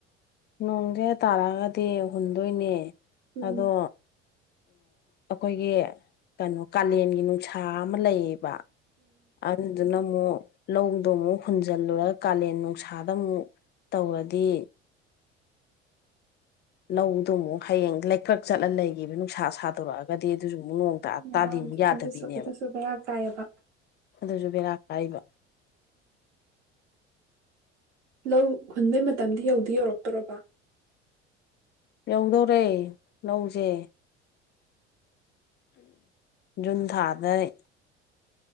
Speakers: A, on the left; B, on the right.
A: ꯅꯣꯡꯁꯦ ꯇꯥꯔꯛꯑꯒꯗꯤ ꯍꯨꯟꯗꯣꯏꯅꯦ
B: ꯎꯝ
A: ꯑꯗꯣ ꯑꯩꯈꯣꯏꯒꯤ ꯀꯩꯅꯣ ꯀꯥꯂꯦꯟꯒꯤ ꯅꯨꯡꯁꯥ ꯑꯃ ꯂꯩꯌꯦꯕ ꯑ ꯑꯗꯨꯗꯨꯅ ꯑꯃꯨꯛ ꯂꯧꯗꯣ ꯑꯃꯨꯛ ꯍꯨꯟꯖꯤꯜꯂꯨꯔꯒ ꯀꯥꯂꯦꯟ ꯅꯨꯡꯁꯥꯗ ꯑꯃꯨꯛ ꯇꯧꯔꯗꯤ ꯂꯧꯗꯨ ꯑꯃꯨꯛ ꯍꯌꯦꯡ ꯂꯩꯀ꯭ꯔꯛ ꯆꯠꯂ ꯂꯩꯈꯤꯕ ꯅꯨꯡꯁꯥ ꯁꯥꯗꯣꯔꯛ ꯑꯒꯗꯤ ꯑꯗꯨꯁꯨ ꯑꯃꯨꯛ ꯅꯣꯡ ꯇ
B: ꯎꯝ
A: ꯇꯥꯗꯤ ꯃꯨꯛ ꯌꯥꯗꯕꯤꯅꯦꯕ
B: ꯑꯗꯨꯁꯨ ꯑꯗꯨꯁꯨ ꯕꯦꯔꯥ ꯀꯥꯏꯌꯦꯕ
A: ꯑꯗꯨꯁꯨ ꯕꯦꯔꯥ ꯀꯥꯏꯕ
B: ꯂꯧ ꯍꯨꯟꯕꯩ ꯃꯇꯝꯗꯤ ꯌꯧꯗꯤ ꯌꯧꯔꯛꯇꯧꯔꯕꯣ
A: ꯌꯧꯗꯧꯔꯦ ꯂꯧꯁꯦ ꯖꯨꯟ ꯊꯥꯗꯩ